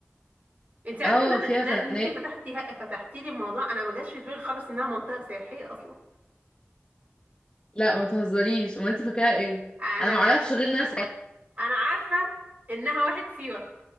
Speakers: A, on the right; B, on the left.
A: انت عارفه
B: اه
A: ان
B: فيها فنادق
A: انا ان إن انت فتحتيها فتحتي لي الموضوع انا ما جاش في دماغي خالص انها منطقه سياحيه اصلا
B: لا ما تهزريش امال انت فاكراها ايه
A: انا
B: انا ما اعرفش غير ناس
A: انا عارفه انها واحد سيوه